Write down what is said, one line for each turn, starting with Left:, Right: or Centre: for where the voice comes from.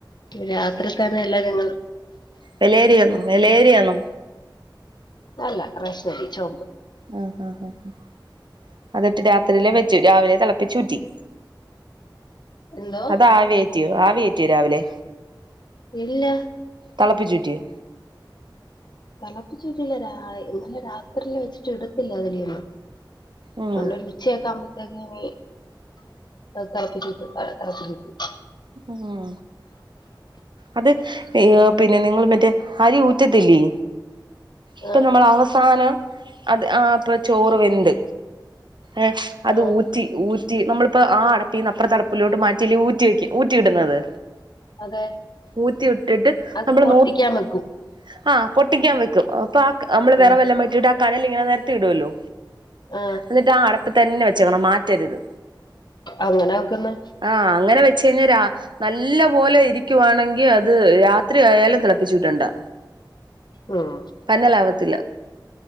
Left: രാത്രി തന്നെ എല്ലാം ഞങ്ങള്
Right: വെള്ളയരി ആണോ വെള്ളയരി ആണോ
Left: അല്ല റേഷനരി ചോപ്പ്
Right: ആഹ് ആഹ് ആഹ് അതിട്ട് രാത്രിയിലെ വെച്ചു രാവിലെ തിളപ്പിച്ചു ഊറ്റി
Left: എന്തോ
Right: അത് ആവി കേറ്റിയോ ആവി കേറ്റിയോ രാവിലെ
Left: ഇല്ല
Right: തെളപ്പിച്ച് ഊറ്റിയോ
Left: തിളപ്പിച്ച് ഊറ്റിയില്ല ഇന്നലെ രാത്രില്ല വെച്ചിട്ട് എടുത്തില്ല അതിലീന്ന്
Right: ഉം
Left: നല്ല തന്നെ ഉച്ചയൊക്കെ ആകുമ്പോത്തേക്ക് ഇനി തിളപ്പിച്ച് ഊറ്റും തിളിപ്പിച്ച് ഊറ്റും
Right: ഉം അത് പിന്നെ നിങ്ങൾ മറ്റേ അരി ഊറ്റത്തില്ലേ അപ്പം
Left: ആ
Right: നമ്മള് അവസാനം അത് ആ അപ്പം ചോറുവെന്ത് എ അത്
Left: ആ
Right: ഊറ്റ് ഊറ്റി ഊറ്റി നമ്മളിപ്പോ ആ അടപ്പീന്ന് അപ്പുറത്തെ അടപ്പിലോട്ട് മാറ്റിയല്ലേ ഊറ്റിവെയ്ക് ഊറ്റിയിടുന്നത്
Left: അതെ
Right: ഊറ്റിയിട്ടിട്ട്
Left: അത്
Right: നമ്മള്
Left: പൊട്ടിക്കാൻ
Right: നൂത്ത്
Left: വെക്കും
Right: ആ പൊട്ടിക്കാൻ വെക്കും അപ്പ ആ ക നമ്മള് വെറെ
Left: ആ
Right: വല്ലോം വെച്ചിട്ടാ കനലിങ്ങനെ നെരത്തിയിടുവല്ലോ
Left: ആ
Right: എന്നിട്ടാ ആ അടപ്പീതന്നെ വെച്ചേക്കണം മാറ്റരുത്
Left: അങ്ങനാ വെക്കുന്നേ
Right: ആ അങ്ങനെ വെച്ചുകഴിഞ്ഞാ രാ നല്ലപോലെ ഇരിക്കുവാണെങ്കി അത് രാ ത്രിയായാലും തിളപ്പിച്ചുറ്റണ്ടാ
Left: ഉം
Right: പന്നലാവത്തില്ല